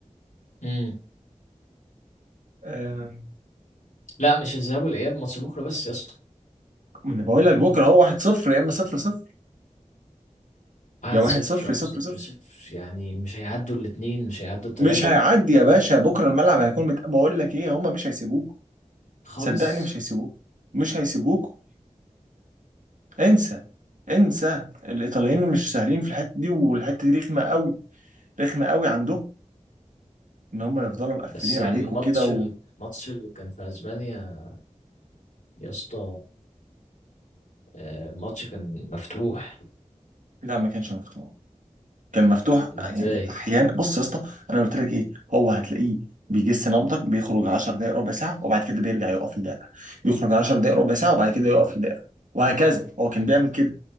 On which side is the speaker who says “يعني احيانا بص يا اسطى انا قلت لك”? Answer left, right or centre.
Right